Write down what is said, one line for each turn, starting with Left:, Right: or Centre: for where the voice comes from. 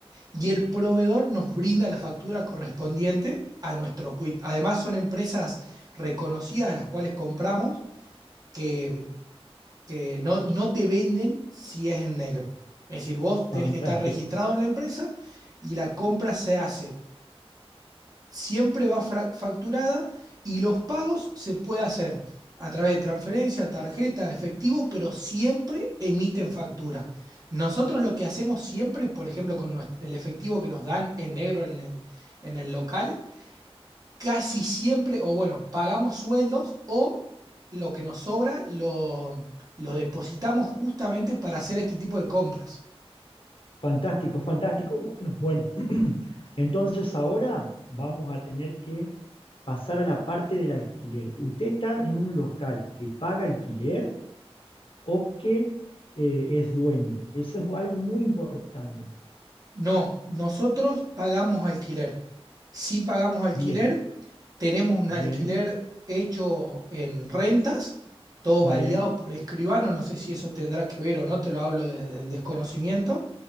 Right: y el proveedor nos brinda la factura correspondiente a nuestro quit. Además, son empresas reconocidas a las cuales compramos, que que no, no te venden si es en negro. Es decir, vos tenés
Left: Fantástico.
Right: que estar registrado en la empresa y la compra se hace. Siempre va fra- facturada y los pagos se puede hacer a través de transferencia, tarjeta, efectivo, pero siempre emiten factura. Nosotros lo que hacemos siempre, por ejemplo, con nuestro- el efectivo que nos dan en negro en el, en el local, casi siempre, o bueno, pagamos sueldos o lo que nos sobra lo, lo depositamos justamente para hacer este tipo de compras.
Left: Fantástico, fantástico. Bueno, bueno. <clears throat> Entonces ahora vamos a tener que pasar a la parte del alquiler. Usted está en un local que paga alquiler o que eh, es dueño. Eso es algo muy importante.
Right: No, nosotros pagamos alquiler. Si pagamos alquiler,
Left: Bien,
Right: tenemos un
Left: bien,
Right: alquiler hecho en rentas, todo
Left: bien,
Right: validado por escribano, no sé si eso tendrá que ver o no, te lo hablo desde el desconocimiento,